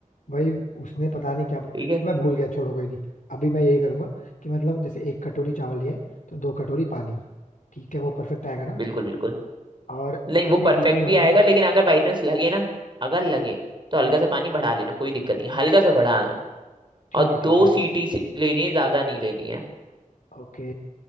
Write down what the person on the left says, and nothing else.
भाई उसने पता नहीं क्या बत...
मैं भूल गया छोड़ो कोई नहीं अभी मैं यही करूंगा कि मतलब जैसे एक कटोरी चावल लिया है तो दो कटोरी पानी ठीक है वो परफेक्ट आएगा ना
और
कितनी
सीटी मारना
है
ठीक
है ठीक है
ओके